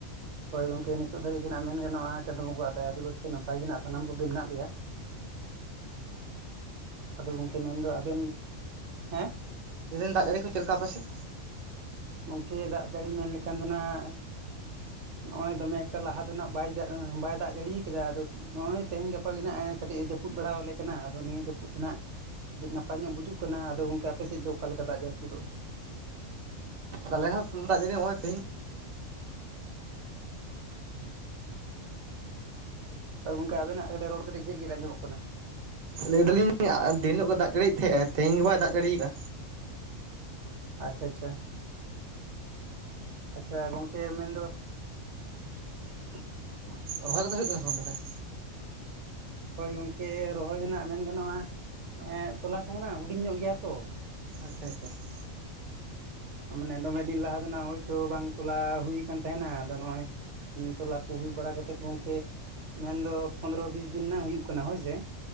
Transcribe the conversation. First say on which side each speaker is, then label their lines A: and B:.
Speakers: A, on the right; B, on the right.
A: ᱦᱳᱭ ᱜᱚᱝᱠᱮ ᱱᱤᱛᱚᱜ ᱫᱷᱟᱹᱨᱤᱡ ᱫᱚᱱᱟᱜ ᱢᱮᱱ ᱜᱟᱱᱚᱜᱼᱟ ᱪᱟᱸᱫᱳ ᱵᱟᱹᱵᱩᱣᱟᱜ ᱫᱟᱭᱟ ᱫᱩᱞᱟᱹᱲ ᱛᱮ ᱱᱟᱯᱟᱭ ᱜᱮ ᱦᱱᱟᱜ ᱱᱟᱜ ᱥᱟᱱᱟ ᱠᱚᱜᱮ ᱢᱮᱱᱟᱜ ᱞᱮᱭᱟ᱾ ᱟᱫᱚ ᱜᱚᱝᱠᱮ ᱢᱮᱱᱫᱚ ᱟᱵᱮᱱ ᱦᱮᱸ
B: ᱞᱟᱹᱭ ᱫᱟᱜ ᱡᱟᱹᱲᱤ ᱠᱚ ᱪᱮᱫᱮ ᱞᱮᱠᱟ ᱟᱯᱮᱥᱮᱫ
A: ᱜᱚᱢᱠᱮ ᱫᱟᱜ ᱡᱟᱹᱲᱤ ᱢᱮᱱ ᱞᱮᱠᱷᱟᱱ ᱫᱚ ᱱᱟᱜ ᱱᱚᱜ ᱚᱭ ᱫᱚᱢᱮ ᱮᱠᱴᱟ ᱞᱟᱦᱟ ᱫᱚ ᱱᱟᱜ ᱵᱟᱭ ᱵᱟᱭ ᱫᱟᱜ ᱡᱟᱹᱲᱤᱭᱟ ᱠᱟᱫᱟ ᱟᱫᱚ ᱱᱚᱜᱼᱚᱭ ᱛᱮᱦᱮᱧ ᱜᱟᱯᱟ ᱜᱮ ᱱᱟᱜ ᱠᱟᱹᱴᱤᱡ ᱮ ᱡᱟᱹᱩᱫ ᱵᱟᱲᱟᱣᱟᱞᱮ ᱠᱟᱱᱟ ᱟᱫᱚ ᱱᱤᱭᱟᱹ ᱡᱟᱹᱯᱩᱫ ᱛᱮ ᱱᱟᱜ ᱟᱹᱰᱤ ᱱᱟᱯᱟᱭ ᱧᱚᱜ ᱵᱩᱡᱩᱜ ᱠᱟᱱᱟ ᱟᱫᱚ ᱜᱚᱝᱠᱮ ᱟᱯᱮᱥᱮᱫ ᱫᱚ ᱚᱠᱟᱮ ᱞᱮᱠᱟ ᱫᱟᱜ ᱡᱟᱠᱩᱫᱚᱜ
B: ᱟᱞᱮ ᱦᱚᱸᱫᱟᱜ ᱡᱟᱲᱤ ᱦᱚᱸᱜᱚᱭ ᱛᱮᱦᱮᱧ
A: <inaudible> ᱟᱨ ᱜᱚᱝᱠᱮ ᱟᱵᱮᱱᱟᱜ ᱠᱟᱴᱤᱡ ᱨᱚᱲ ᱠᱟᱴᱤᱡ ᱜᱮᱫ ᱜᱮᱫ ᱟᱸᱡᱚᱢᱚᱜ ᱠᱟᱱᱟ ᱾
B: ᱞᱟᱹᱭ ᱫᱟᱞᱤᱧ ᱫᱤᱱᱳᱜ ᱜᱮ ᱫᱟᱜ ᱡᱟᱹᱲᱤᱭᱮᱫ ᱛᱟᱦᱮᱸᱜᱟᱭ ᱛᱮᱦᱮᱧ ᱜᱮ ᱵᱟᱭ ᱫᱟᱜ ᱡᱟᱲᱤᱭᱫᱟ
A: <inaudible> ᱟᱪᱪᱷᱟ ᱟᱪᱪᱷᱟ ᱟᱪᱪᱷᱟ ᱜᱚᱝᱠᱮ ᱢᱮᱱ ᱫᱚ <inaudible>
B: ᱨᱚᱦᱚᱭ ᱠᱚᱫᱚ ᱦᱩᱭᱳᱜ ᱠᱟᱱᱟ ᱥᱮ ᱵᱟᱝ ᱛᱟᱦᱚᱞᱮ
A: ᱦᱳᱭ ᱜᱚᱝᱠᱮ ᱨᱚᱦᱚᱭ ᱫᱚ ᱱᱟᱜ ᱢᱮᱱ ᱜᱟᱱᱚᱜᱼᱟ ᱮᱸ ᱛᱚᱞᱟ ᱠᱚᱦᱚᱸ ᱱᱟᱜ ᱦᱩᱰᱤᱧ ᱧᱚᱜ ᱜᱮᱭᱟ ᱛᱚ᱾
B: ᱟᱪᱪᱷᱟ ᱟᱪᱪᱷᱟ ᱟᱪᱪᱷᱟ
A: ᱢᱟᱱᱮ ᱫᱚᱢᱮ ᱫᱤᱱ ᱞᱟᱦᱟ ᱫᱚᱱᱟᱜ ᱦᱳᱭᱛᱚ ᱵᱟᱝ ᱛᱚᱞᱟ ᱦᱩᱭᱠᱟᱱ ᱛᱟᱦᱮᱱᱟ ᱟᱫᱚ ᱱᱚᱜᱼᱚᱭ ᱛᱚᱞᱟ ᱠᱚ ᱦᱩᱭ ᱵᱟᱲᱟᱛᱜ ᱜᱚᱝᱠᱮ ᱢᱮᱱᱫᱚ ᱯᱚᱱᱫᱽᱨᱚ ᱵᱤᱥ ᱫᱤᱱ ᱱᱟᱜ ᱦᱩᱭᱩᱜ ᱠᱟᱱᱟ ᱦᱳᱭᱥᱮ